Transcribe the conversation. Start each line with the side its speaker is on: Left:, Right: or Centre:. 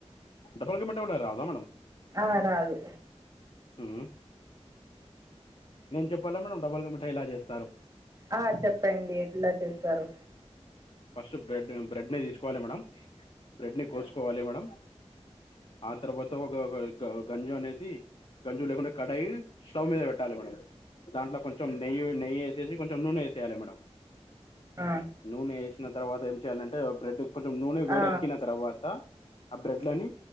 Left: డబల్ గా మిఠా కూడా రాదా మేడం
Right: ఆ రాదు
Left: మ్మ్ నేను చెప్పాలా మేడం డబ్బుల్గా మిఠాయి ఎలా చేస్తారు
Right: ఆ చెప్పండి ఎట్లా చేస్తారు
Left: ఫస్ట్ బ్రెడ్ బ్రెడ్ ని తీసుకోవాలి మేడ బ్రెడ్ ని కోసుకోవాలి మేడం ఆ తవాత ఒక క గంజు అనేది గంజు లేకుండా కడాయి స్టవ్ మీద పెట్టాలి మేడం దాంట్లో కొంచెం నెయ్యి నెయ్యి వేసేసి కొంచెం నూనె వేసేయాలి మేడం
Right: ఆ
Left: నూనె వేసిన తర్వాత ఏం చేయాలంటే బ్రెడ్ కొంచెం నూనె వేడిక్కిన
Right: ఆ
Left: తర్వాత ఆ బ్రెడ్లని